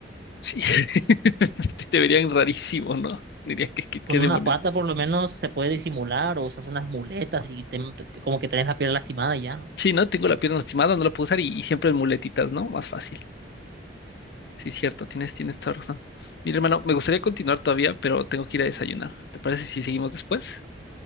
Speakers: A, on the left; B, on the right.
A: Sí, <laughs> Te verían rarísimo, ¿no? Dirías que, que, qué
B: Con
A: demonios.
B: una pata por lo menos se puede disimular o usas unas muletas y te- como que tenés la pierna lastimada y ya, ¿no?
A: Sí, ¿no? Tengo la pierna lastimada, no la puedo usar y, y siempre en muletitas, ¿no? Más fácil. Sí, cierto, tienes, tienes toda razón. Mira, hermano, me gustaría continuar todavía, pero tengo que ir a desayunar. ¿Te parece si seguimos después?